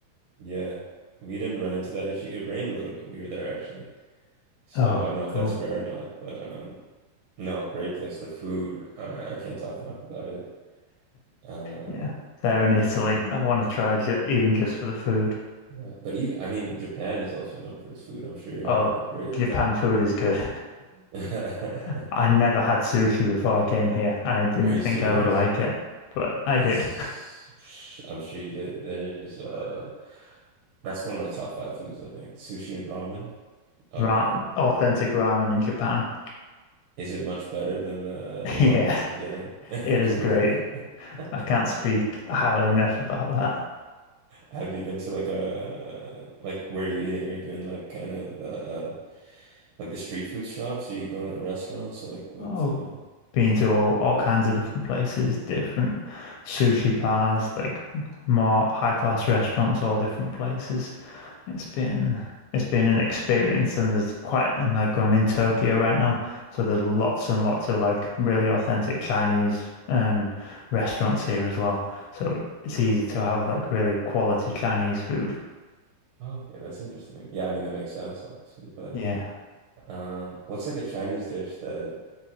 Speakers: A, on the right; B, on the left.
A: yeah. We didn't run into that issue. It rained a little bit when we were there, actually. So
B: Oh,
A: I don't know if
B: cool.
A: that's rare or not,
B: <laughs>
A: but um, no, great place. The food, I, I can't talk enough about it. Uh,
B: Yeah, there in Italy. I want to try ju even just for the food.
A: yeah, but even I mean, Japan is also known for its food. I'm sure you're having
B: Oh,
A: a great
B: Japan
A: time.
B: food is good.
A: <laughs>
B: <laughs> I never had sushi before I came here, and I didn't
A: Are you
B: think
A: serious?
B: I would like it, but I
A: It's,
B: did.
A: I'm sure you did. There's uh, that's one of my top five foods, I think. Sushi and ramen up
B: Ra
A: there.
B: authentic ramen in Japan.
A: Is it much better than the
B: <laughs>
A: the ramen
B: Yeah,
A: you get in? <laughs>
B: it is great. I can't speak highly enough about that.
A: Have you been to like a like where are you eating? Are you doing like kind of uh like the street food shops? Are you going to restaurants? So like what
B: Oh,
A: uh
B: been to all, all kinds of different places, different sushi bars, like more high class restaurants, all different places. It's been it's been an experience and there's quite and like I'm in Tokyo right now, so there's lots and lots of like really authentic Chinese and restaurants here as well. So it's easy to have like really quality Chinese food.
A: Oh, okay, that's interesting. Yeah, I mean that makes sense obviously, but
B: Yeah.
A: um what's like a Chinese dish that